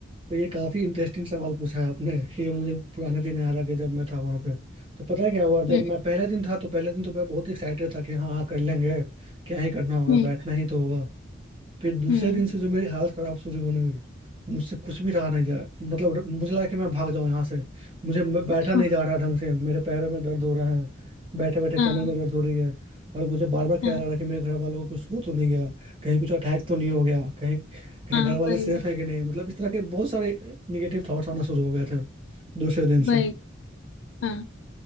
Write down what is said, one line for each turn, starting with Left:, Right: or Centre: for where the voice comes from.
Right: तो ये काफी इंटरेस्टिंग सवाल पूछा है आपने ये मुझे पुराने दिन याद आ गए जब मैं था वहां पे तो पता है क्या हुआ जब
Left: हम्म
Right: मैं पहले दिन था तो पहले दिन तो मैं बहुत एक्साइटेड था कि हाँ हाँ कर लेंगे क्या ही करना होगा
Left: हम्म
Right: बैठना ही तो होगा फिर दूसरे
Left: हम्म
Right: दिन से जो मेरी हालत खराब शुरू होने हुई मुझसे कुछ भी रहा नहीं जा मतलब मुझे लगा कि मैं भाग जाऊं यहाँ से मुझे मैं बैठा
Left: हाँ
Right: नहीं जा रहा ढंग से मेरे पैरों में दर्द हो रहा है बैठे बैठे
Left: हाँ
Right: कमर में दर्द हो रही है और मुझे बार बार ख्याल
Left: हाँ
Right: आ रहा है कि मेरे घर वालों को कुछ हो तो नहीं गया कहीं कुछ अटैक तो नहीं हो गया कहीं कहीं
Left: हाँ,
Right: घर वाले
Left: वही
Right: सेफ है कि नहीं मतलब इस तरह के बहुत सारे निगेटिव थॉट्स आना शुरू हो गए थे दूसरे दिन
Left: वही
Right: से
Left: हाँ